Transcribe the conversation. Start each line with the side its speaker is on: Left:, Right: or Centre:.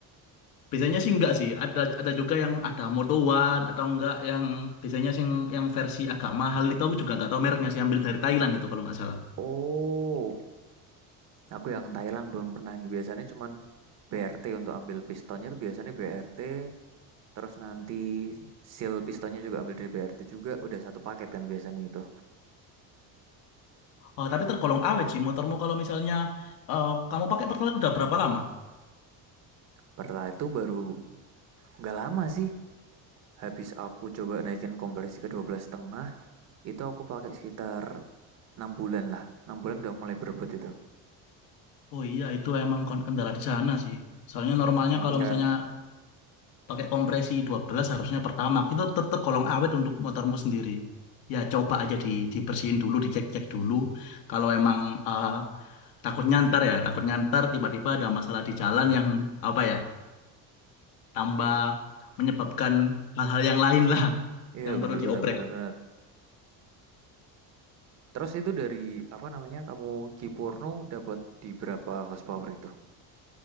Left: Biasanya sih enggak sih. Ada ada juga yang ada motowan atau enggak yang biasanya sih yang yang versi agak mahal itu aku juga enggak tahu mereknya sih ambil dari Thailand itu kalau nggak salah.
Right: Oh, Aku yang Thailand belum pernah nih. Biasanya cuman BRT untuk ambil pistonnya tuh biasanya BRT. Terus nanti seal pistonnya juga ambil dari BRT juga. Udah satu paket kan biasanya itu.
Left: Oh, tapi tergolong awet sih motormu kalau misalnya eh, kamu pakai pertalite udah berapa lama?
Right: Setelah itu baru nggak lama sih. Habis aku coba naikin kompresi ke 12 setengah, itu aku pakai sekitar 6 bulan lah. 6 bulan udah mulai berebut itu.
Left: Oh iya itu emang kon- kendala di sana sih. Soalnya normalnya
Right: Mm,
Left: kalau
Right: kan?
Left: misalnya pakai kompresi 12 harusnya pertama itu ter- tergolong awet untuk motormu sendiri ya coba aja di dibersihin dulu dicek-cek dulu kalau emang eh, takutnya ntar ya takutnya ntar tiba-tiba ada masalah di jalan yang apa ya tambah menyebabkan hal-hal yang lain lah
Right: Iya
Left: yang
Right: bener
Left: perlu diobrek
Right: bener bener bener. Terus itu dari apa namanya kamu Kipurno dapat di berapa horsepower itu?